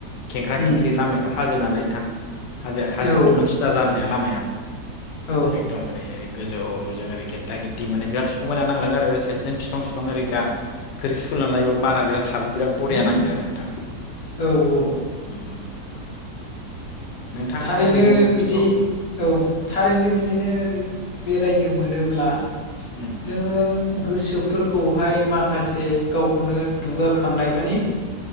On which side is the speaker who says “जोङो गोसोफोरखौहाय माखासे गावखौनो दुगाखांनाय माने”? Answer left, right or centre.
Left